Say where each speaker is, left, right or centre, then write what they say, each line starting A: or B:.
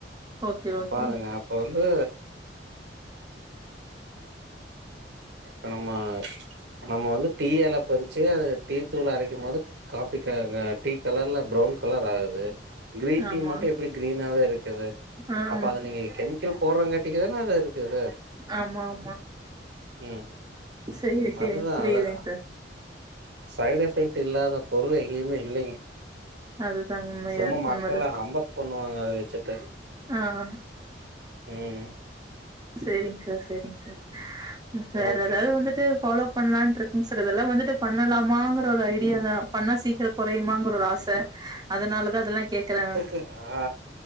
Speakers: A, on the right; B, on the right.
A: ஓகே
B: அப்பாருங்க
A: ஓகே
B: அப்ப வந்து இப்ப நம்ம நம்ம வந்து டீ எழ பர்றிச்சு அது டீ தூள் அரைக்கு போது காபி கலர்ல டீ கலர்ல பிரவுன் கலர் ஆகுது கிரீன்
A: ஆமா
B: டீ மட்டு எப்டி கிரீனாவே இருக்குது
A: ஆமா
B: அப்ப அத நீங்க கெமிக்கல் போட்றாங்காட்டிகதான அது இர்குது
A: ஆமாம்
B: ம்
A: சேரி சேரிங்க
B: அதுதா
A: புரியுதுங்க
B: அதா
A: சார்
B: சைடு் எஃபெக்ட் இல்லாத பொருள் எங்கேயுமே இல்லைங்க
A: அதுதாங்க உண்மையா
B: சும்மா மக்கள்ல்லா
A: உண்மதா
B: ஹம்பக் பண்ணுவாங்க அத வெச்சுட்டு
A: ஆ ஆ
B: ம்
A: சேரிங்க சார் சேரிங்க சார் வேற
B: ஓகே
A: ஏதாவது வந்துட்டு ஃபாலோ பண்ணலான்ட்ருக்கங் சார் இதெல்லா வந்துட்டு பண்ணலாமாங்கற ஒரு ஐடியா தா பண்ணா சீக்கிரோ கொறையுமாங்கோற ஒரு ஆஸ் ச அதனாலதா அதெல்லா கேக்குறே
B: க்கு ஆ